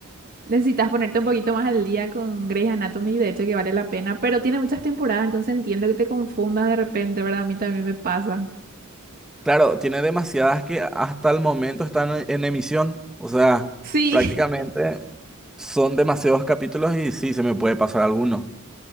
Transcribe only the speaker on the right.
Necesitas ponerte un poquito más al día con Grey's Anatomy, de hecho que vale la pena, pero tiene muchas temporadas, entonces entiendo que te confundas de repente, ¿verdad? A mí también me pasa.
Sí,
<laughs>